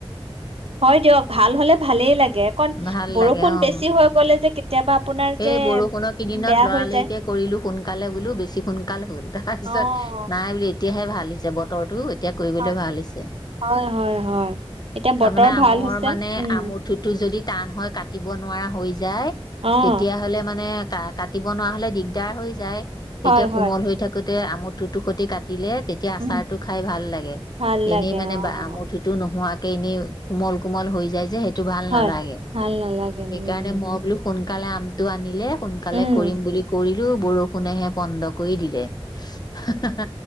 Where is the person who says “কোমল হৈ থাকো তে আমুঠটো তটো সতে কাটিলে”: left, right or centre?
Left